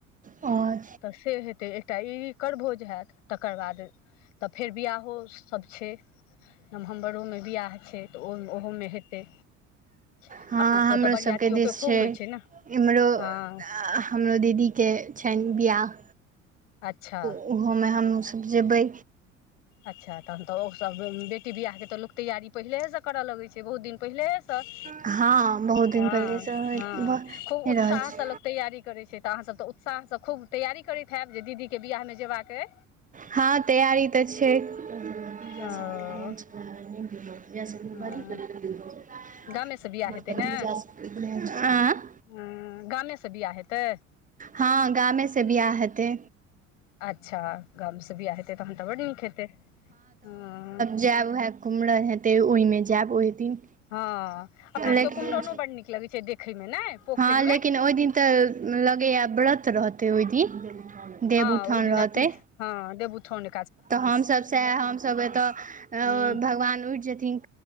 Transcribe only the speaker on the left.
तऽ से हेतै एकटा ई एकर भोज हैत तकर बाद तऽ फेर बियाह हो सब छैय। नवम्बरो में बिआह छैय तऽ ओ ओहो में हेतै। अपना
सभके
तऽ बरियातियोके
खूब
होइ छै ने
हँ
अच्छा।
अच्छा तहन तऽ ओ सब बेटी बियाह के तऽ लोक तैयारी पहिलेहे सऽ करऽ लगै छैय बहुत दिन पहिलेहे तऽ
हँ
हँ खूब उत्साह
से लोक तैयारी करै छैय तऽ अहाँसभ तऽ उत्साहसँ खूब तैयारी करैत हैब जे दीदी के बियाह में जेबाक अइ।
ओ हँ गामेसँ बियाह हेतै ने
हँ गामेसँ बियाह हेतै।
आच्छा गाम सऽ बियाह हेतै तहन तऽ बड्ड नीक हेतै हँ।
हँ अपना सभके
कुम्हरनो बड नीक लगै छैय देखय में नहि पोखैर
में।
हँ ओहि दिन
अथी हँ देबउठान
हूँ